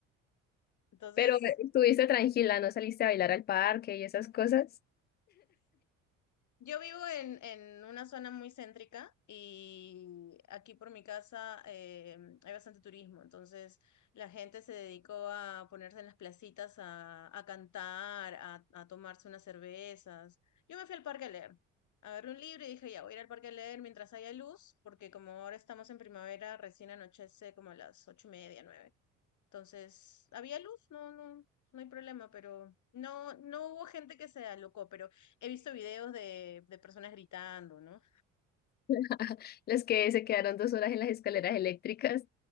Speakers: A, on the left; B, on the left.
A: Entonces,
B: Pero eh, estuviste tranquila, no saliste a bailar al parque y esas cosas.
A: yo vivo en, en una zona muy céntrica y aquí por mi casa eh, hay bastante turismo, entonces la gente se dedicó a ponerse en las placitas a, a cantar, a, a tomarse unas cervezas. Yo me fui al parque a leer. Agarré un libro y dije, ya, voy a ir al parque a leer mientras haya luz, porque como ahora estamos en primavera, recién anochece como a las ocho y media, nueve. Entonces, había luz, no, no, no hay problema, pero no, no hubo gente que se alocó, pero he visto videos de, de personas gritando, ¿no?
B: <laughs> Las que se quedaron dos horas en las escaleras eléctricas.